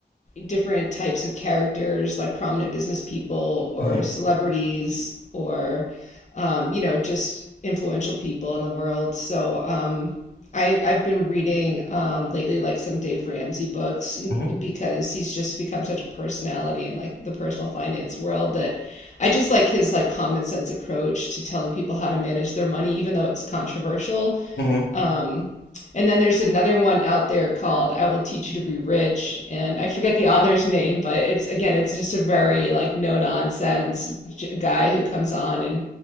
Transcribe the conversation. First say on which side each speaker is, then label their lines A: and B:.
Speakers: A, on the left; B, on the left.
A: different types of characters, like prominent business people or
B: Mm-hmm.
A: celebrities or, um, you know, just influential people in the world. So, um, I I've been reading um lately like some Dave Ramsey books
B: Mm-hmm.
A: because he's just become such a personality in like the personal finance world that I just like his like common sense approach to telling people how to manage their money even though it's controversial
B: Mm-hmm.
A: um, and then there's another one out there called I Will Teach You to Be Rich. And I forget the author's <laughs> name, but it's again, it's just a very like no nonsense guy who comes on and,